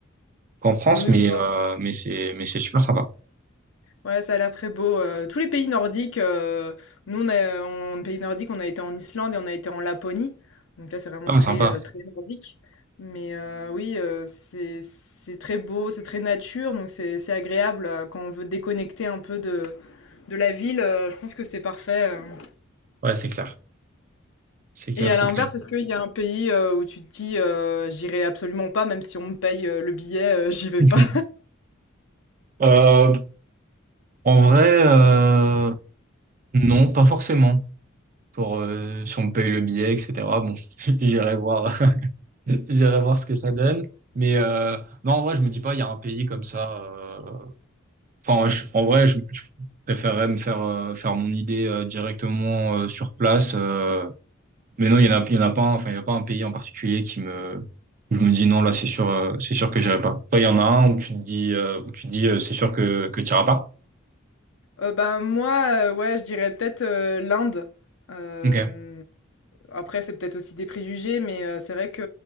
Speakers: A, on the right; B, on the left.
A: qu'en France,
B: oui,
A: mais,
B: bah,
A: euh, mais c'est, mais c'est super sympa.
B: Ouais, ça a l'air très beau. euh, tous les pays nordiques, euh, nous, on a, en pays nordique, on a été en Islande et on a été en Laponie. Donc là, c'est vraiment
A: Ah,
B: très,
A: sympa.
B: euh, très nordique. Mais euh, oui, euh, c'est, c'est très beau, c'est très nature, donc c'est, c'est agréable euh, quand on veut déconnecter un peu de, de la ville. euh, je pense que c'est parfait. euh.
A: Ouais, c'est clair. C'est clair,
B: Et à
A: c'est
B: l'inverse,
A: clair.
B: est-ce qu'il y a un pays euh, où tu te dis, euh, j'irai absolument pas, même si on me paye euh, le billet, euh, j'y vais
A: <laughs>
B: pas?
A: Euh, en vrai, euh, non, pas forcément. pour euh, si on me paye le billet, etc. Bon, <laughs> j'irai voir, <laughs> j'irai voir ce que ça donne. Mais euh, non, en vrai, je me dis pas, il y a un pays comme ça. euh, Enfin, je- en vrai, je, je préférerais me faire euh, faire mon idée euh, directement euh, sur place. euh, mais non, il y en a, il y en a pas. un- Enfin, il y a pas un pays en particulier qui me, où je me dis non, là, c'est sûr, euh, c'est sûr que j'irai pas. Toi, il y en a un où tu te dis, euh, où tu te dis, euh, c'est sûr que que t'iras pas.
B: Euh, ben moi, euh, ouais, je dirais peut-être euh, l'Inde. Euh,
A: Ok.
B: Après, c'est peut-être aussi des préjugés, mais heu, c'est vrai que,